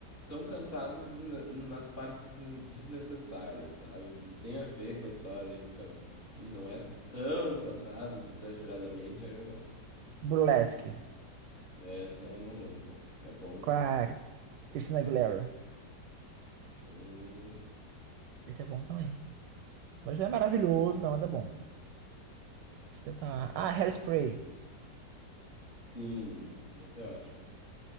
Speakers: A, on the left; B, on the right.
A: tão cantados desne- nas partes desnecessárias, sabe? Se tem a ver com a história e fica e não é tão cantado exageradamente, aí eu gosto.
B: Burlesque,
A: Essa eu não lembro. É bom, né?
B: com a Christina Aguilera.
A: Hum,
B: Esse é bom também. Mas não é maravilhoso, não, mas é bom. Deixa eu pensar. Ah, Hairspray.
A: sim, esse é ótimo.